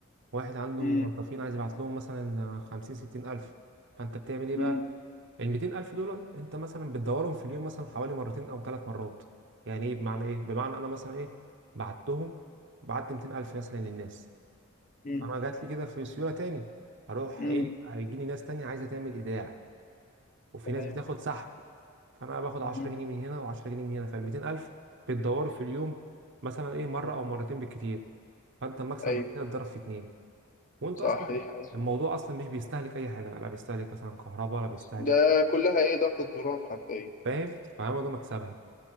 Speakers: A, on the right; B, on the left.
A: واحد عنده
B: مم.
A: موظفين عايز يبعت لهم مثلا 50 60000 فانت بتعمل ايه بقى
B: مم.
A: ال 200000 دول انت مثلا بتدورهم في اليوم مثلا حوالي مرتين او ثلاث مرات يعني ايه بمعنى ايه بمعنى انا مثلا ايه بعتهم بعت 200000 مثلا للناس
B: مم.
A: فانا جات لي كده في سيوله تاني هروح
B: مم.
A: ايه هيجي لي ناس تانية عايزه تعمل ايداع وفي
B: تمام
A: ناس بتاخد سحب فانا باخد 10
B: مم.
A: جنيه من هنا و10 جنيه من هنا فال 200000 بتدوروا في اليوم مثلا ايه مره او مرتين بالكتير فانت المكسب
B: أيوه
A: معاك كده اتضرب في اتنين وانت
B: صح
A: اصلا
B: دي حاجة
A: الموضوع اصلا مش بيستهلك اي حاجه لا بيستهلك مثلا كهرباء ولا بيستهلك
B: ده كلها إيه ضغط الزرار حرفيا
A: فاهم فهو ده مكسبها